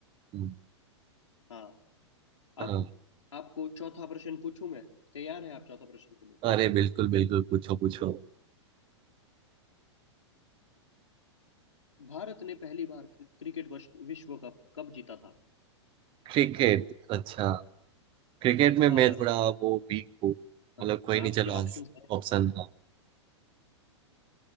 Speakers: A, on the right; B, on the left.
A: हम्म,
B: हाँ
A: हाँ
B: अब आपको चौथा प्रश्न पूछूं मैं तैयार हैं आप चौथा प्रश्न के लिए
A: अरे बिल्कुल बिल्कुल पूछो पूछो
B: भारत ने पहली बार क्रि- क्रिकेट वश- विश्व कप कब जीता था
A: क्रिकेट अच्छा क्रिकेट में
B: और
A: मैं थोड़ा वो वीक हूँ
B: हाँ,
A: मतलब कोई नहीं
B: आपके
A: चलो आंसर
B: ऑप्शंस हैं
A: ऑप्शन हाँ